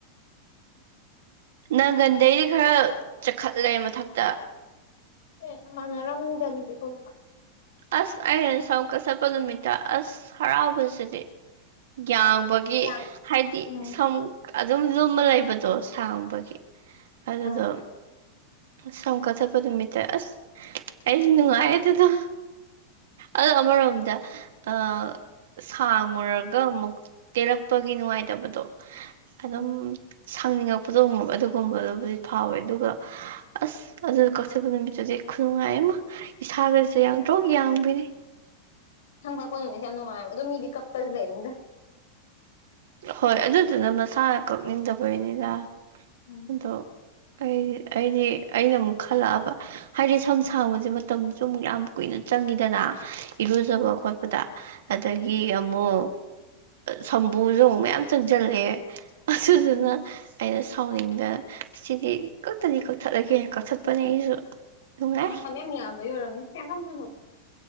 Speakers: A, on the right; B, on the left.
A: ꯅꯪꯒꯟꯗꯩꯗꯤ ꯈꯔ ꯆꯛꯈꯠꯂꯦ ꯃꯊꯛꯇ
B: ꯑꯦ ꯃꯥꯟꯅꯔꯝꯗꯕꯤꯗ ꯇꯣꯛꯞ
A: ꯑꯁ ꯑꯩꯅ ꯁꯝ ꯀꯛꯊꯠꯄꯥ ꯅꯨꯃꯤꯠꯇ ꯑꯁ ꯍꯔꯥꯎꯕꯁꯤꯗꯤ ꯌꯥꯡꯕ ꯒꯤ
B: ꯌꯥꯡ
A: ꯍꯥꯏꯗꯤ
B: ꯎꯝ
A: ꯁꯝ ꯑꯗꯨꯝ ꯂꯨꯝꯃꯥ ꯂꯩꯕꯗꯣ ꯁꯥꯡꯕꯒꯤ ꯑꯗꯨꯗꯣ
B: ꯑꯥ
A: ꯁꯝ ꯀꯛꯊꯠꯄꯥ ꯅꯨꯃꯤꯠꯇ ꯑꯁ ꯑꯩꯗꯤ ꯅꯨꯡꯉꯥꯏꯌꯦ ꯑꯗꯨꯗꯣ ꯑꯗꯣ ꯑꯃꯔꯣꯝꯗ ꯑꯥ ꯁꯥꯡꯉꯨꯔꯒ ꯑꯃꯨꯛ ꯇꯦꯜꯂꯛꯄꯒꯤ ꯅꯨꯡꯉꯥꯏꯇꯕꯗꯣ ꯑꯗꯨꯝ
B: ꯎꯝ
A: ꯁꯥꯡꯅꯤꯡꯉꯛ ꯄꯗꯣꯃꯨꯛ ꯑꯗꯨꯒꯨꯝꯕꯗꯨꯕꯨꯗꯤ ꯐꯥꯎꯋꯦ ꯑꯗꯨꯒ ꯑꯁ ꯑꯗꯨ ꯀꯛꯊꯠꯃ ꯅꯨꯃꯤꯠꯇ ꯗꯗꯤ ꯈꯨꯅꯨꯡꯉꯥꯏ ꯑꯃ ꯏꯁꯥꯒꯁꯦ ꯌꯥꯡꯇꯔꯣꯛ ꯌꯥꯡꯕꯤꯅꯤ
B: ꯁꯝ ꯀꯛꯄꯥ ꯅꯨꯃꯤꯠꯁꯦ ꯌꯥꯝ ꯅꯨꯡꯉꯥꯏꯕ ꯑꯗꯣ ꯃꯤꯗꯤ ꯀꯞꯄ ꯂꯩꯝꯅꯤꯗ
A: ꯍꯣꯏ ꯑꯗꯨꯗꯨꯅ ꯃꯁꯥꯅ ꯀꯛꯅꯤꯡꯗꯕꯩꯅꯤꯗ
B: ꯎꯝ
A: ꯑꯗꯣ ꯑꯩ ꯑꯩꯗꯤ ꯑꯩꯅ ꯑꯃꯨꯛ ꯈꯜꯂꯛꯑꯕ ꯍꯥꯏꯗꯤ ꯁꯝ ꯁꯥꯡꯕꯁꯦ ꯃꯇꯝꯁꯨꯨ ꯃꯨꯛ ꯌꯥꯝ ꯀꯨꯏꯅ ꯆꯪꯉꯤꯗꯅ ꯏꯔꯨꯖꯕ
B: ꯎꯝ
A: ꯈꯣꯠꯄꯗ ꯑꯗꯒꯤ
B: ꯎꯝ
A: ꯑꯃꯨꯛ ꯁꯝ ꯕꯨꯖꯣꯡ ꯃꯌꯥꯝ ꯆꯪꯁꯤꯜꯂꯛꯑꯦ ꯑꯁꯨꯗꯨꯅ
B: ꯎꯝ
A: ꯑꯩꯅ ꯁꯥꯎꯅꯤꯡꯗꯅ ꯁꯤꯗꯤ ꯀꯛꯇꯗꯤ ꯀꯛꯊꯠꯂꯒꯦ ꯀꯛꯊꯠꯄꯅꯤ ꯑꯩꯁꯨ ꯅꯨꯡꯉꯥꯏ
B: ꯑ ꯁꯝ ꯌꯥꯝ ꯌꯥꯝꯕꯩ ꯑꯣꯏꯔꯝꯅꯤ ꯀꯌꯥꯝ ꯀꯌꯥꯝ ꯍꯞꯇꯨꯏꯅꯣ